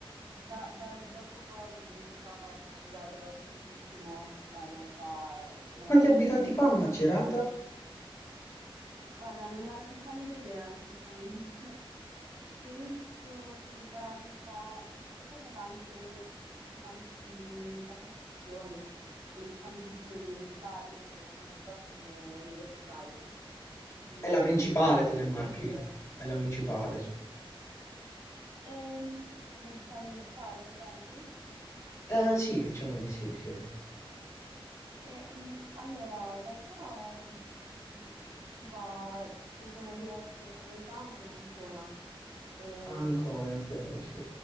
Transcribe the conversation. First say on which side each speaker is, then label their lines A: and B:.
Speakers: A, on the right; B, on the left.
A: da- dal dopo Covid, diciamo, è cambiato tantissimo la realtà, e sono-
B: E quanti
A: tantissimi
B: abitanti fa
A: bar
B: Macerata?
A: sono chiusi. Guarda, non ne ho la più pallida idea, sinceramente. <laughs> Penso sui 40, perché poi c'è tante, c'è tanti- tante frazioni e tantissime universitari, perché la maggior parte sono universitari. Mm,
B: È la principale
A: non
B: delle
A: ti
B: Marche.
A: so dire.
B: È la principale.
A: Ehm, come città universitaria, intendi?
B: Eh, sì, diciamo di sì, sì.
A: E, mm, allora, in realtà mm, si fa, ci sono diverse facoltà anche in Ancona. Ehm,
B: Ancora, è vero, sì.